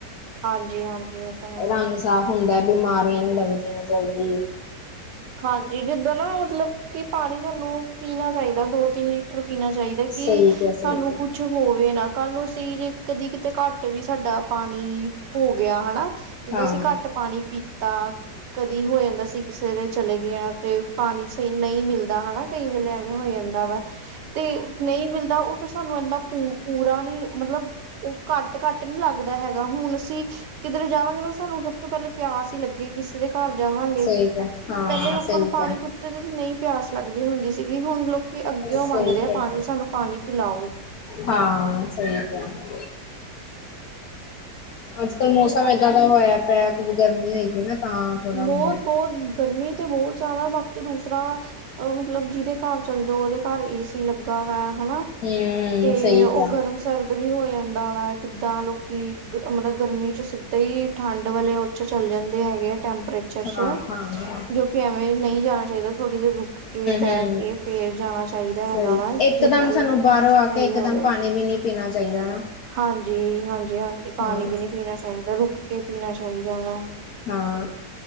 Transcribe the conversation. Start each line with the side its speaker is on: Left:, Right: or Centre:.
Right: ਹਾਂਜੀ, ਹਾਂਜੀ ਤਾਂ ਹੈ
Left: ਰੰਗ ਸਾਫ਼ ਹੁੰਦਾ, ਬਿਮਾਰੀਆਂ ਨਹੀਂ ਲੱਗਦੀਆਂ ਜਲਦੀ।
Right: ਹਾਂਜੀ, ਜਿੱਦਾਂ ਨਾ ਮਤਲਬ ਕਿ ਪਾਣੀ ਸਾਨੂੰ ਪੀਣਾ ਚਾਹੀਦਾ ਦੋ ਤਿੰਨ ਲੀਟਰ ਪੀਣਾ ਚਾਹੀਦਾ। ਤੇ
Left: ਸਹੀ
Right: ਕਿ
Left: ਕਿਆ ਸਹੀ
Right: ਸਾਨੂੰ
Left: ਕਿਆ
Right: ਕੁਛ ਹੋਵੇ ਨਾ ਕੱਲ ਨੂੰ ਜੇ ਅਸੀਂ ਜੇ ਕਦੀ ਕਿਤੇ ਘੱਟ ਵੀ ਸਾਡਾ ਪਾਣੀ ਹੋ ਗਿਆ ਹਨਾ। ਜਦੋਂ
Left: ਹਾਂ
Right: ਅਸੀਂ ਘੱਟ ਪਾਣੀ ਪੀਤਾ, ਕਦੀ ਹੋ ਜਾਂਦਾ ਸੀ ਕਿਸੇ ਦੇ ਚਲੇ ਗਏ ਹਾ ਤੇ ਪਾਣੀ ਵਈ ਨਹੀਂ ਮਿਲਦਾ ਹਨਾ, ਕਈ ਵੇਲੇ ਐਵੇਂ ਹੋ ਜਾਂਦਾ ਵਾ। ਤੇ ਨਹੀਂ ਮਿਲਦਾ ਔ ਫੇਰ ਸਾਨੂੰ ਇਹਦਾਂ ਪੂ ਪੂਰਾ ਨੀ ਮਤਲਬ ਉਹ ਘੱਟ- ਘੱਟ ਨੀ ਲੱਗ ਹੈਗਾ, ਹੁਣ ਅਸੀਂ ਕਿੱਧਰ ਜਾਵਾਂਗੇ ਸਾਨੂੰ ਸਭ ਤੋਂ ਪਹਿਲਾ ਪਿਆਸ ਹੀ ਲੱਗੇ ਕਿਸੇ ਦੇ ਘਰ ਜਾਵਾਂਗੇ।
Left: ਠੀਕ ਹੈ, ਹਾਂ
Right: ਪਹਿਲਾ ਲੋਕਾਂ
Left: ਸਹੀ
Right: ਨੂੰ ਪਾਣੀ
Left: ਕਿਹਾ
Right: ਪੁੱਛ ਜਦੋਂ ਸੀ ਨਹੀਂ ਪਿਆਸ ਲੱਗਦੀ ਹੁੰਦੀ ਸੀਗੀ, ਹੁਣ ਲੋਕੀ ਅੱਗੇ ਓ
Left: ਸਹੀ
Right: ਮੰਗਦੇ ਆ
Left: ਕਿਹਾ
Right: ਪਾਣੀ ਸਾਨੂੰ ਪਾਣੀ ਪਿਲਾਓ।
Left: ਹਾਂ ਸਹੀ ਗੱਲ ਏ। ਅੱਜ ਕੱਲ੍ਹ ਮੌਸਮ
Right: ਬਾਕੀ
Left: ਏਦਾ ਦਾ ਹੋਇਆ ਪਿਆ, ਕੁੱਝ ਗਰਮੀ ਹੋਈ ਪਈ ਨਾ। ਤਾਂ ਥੋੜਾ
Right: ਬਹੁਤ-
Left: ਹੁੰਦਾ
Right: ਬਹੁਤ ਗਰਮੀ ਤੇ ਬਹੁਤ ਜ਼ਿਆਦਾ ਬਾਕੀ ਦੂਸਰਾ ਅਹ, ਮਤਲਬ ਜਿਹਦੇ ਘਰ ਚੱਲ ਜਾਓ ਉਹਦੇ ਘਰ ਏ ਸੀ ਲੱਗਾ ਵਾ ਹਨਾ।
Left: ਹੂੰ
Right: ਤੇ
Left: ਸਹੀ
Right: ਔਹ
Left: ਕਿਹਾ
Right: ਗਰਮ ਸਿਰਦਰਦ ਵੀ ਹੋ ਜਾਂਦਾ ਵਾ, ਕਿੱਦਾਂ ਲੋਕੀ ਮਤਲਬ ਗਰਮੀ ਚ ਸਿੱਧੇ ਹੀ ਠੰਡ ਵਾਲੇ ਉਹ ਚ੍ਹ ਚੱਲ ਜਾਂਦੇ ਹੈਗੇ ਆ ਟੈਂਪਰੇਚਰ
Left: ਹਾਂ
Right: ਚ੍ਹ
Left: ਹਾਂ ਹੂੰ
Right: ਜੋ ਕਿ ਐਵੇਂ ਨਹੀਂ ਜਾਣਾ ਚਾਹੀਦਾ, ਥੋੜੀ ਦੇਰ ਰੁਕ ਅੱਗੇ ਬੈਕੇ
Left: ਹੂੰ
Right: ਫੇਰ ਜਾਣਾ ਚਾਹੀਦਾ
Left: ਸਹੀ
Right: ਹੈਗਾ ਵਾ,
Left: ਇਕਦਮ
Right: ਜਿਦੇ ਨਾਲ
Left: ਸਾਨੂੰ ਬਾਹਰੋਂ
Right: ਸਹੀ
Left: ਆ ਕੇ ਇਕਦਮ
Right: ਹੋਵੇ।
Left: ਪਾਣੀ ਵੀ ਨਹੀਂ ਪੀਣਾ ਚਾਹੀਦਾ ਨਾ।
Right: ਹਾਂਜੀ-ਹਾਂਜੀ-ਹਾਂਜੀ, ਪਾਣੀ
Left: ਹਾਂ
Right: ਵੀ ਨਹੀਂ ਪੀਣਾ ਚਾਹੀਦਾ, ਰੁੱਕ ਕੇ ਪੀਣਾ ਚਾਹੀਦਾ ਵਾ‌।
Left: ਹਾਂ,